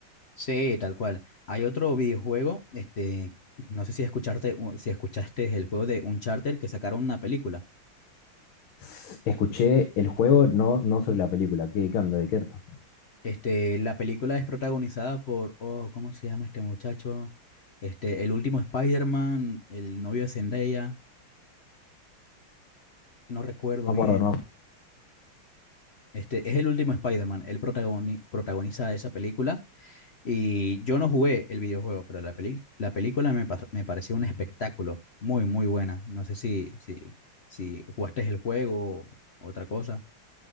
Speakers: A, on the left (about 55°); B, on the left (about 85°).
A: Sí, tal cual. Hay otro videojuego, este, no sé si escucharte, si escuchaste el juego de Uncharted que sacaron una película.
B: S- Escuché el juego, no, no sobre la película. ¿Qué, qué onda? ¿De qué trata?
A: Este, la película es protagonizada por, oh, ¿cómo se llama este muchacho? Este, el último Spider-Man, el novio de Zendaya, no recuerdo
B: No me
A: bien.
B: acuerdo, no me acu-
A: Este, es el último Spider-Man, él protagoni- protagoniza esa película Y yo no jugué el videojuego, pero la peli- la película me, pas- me pareció un espectáculo muy, muy buena. No sé si, si, si jugaste el juego o otra cosa.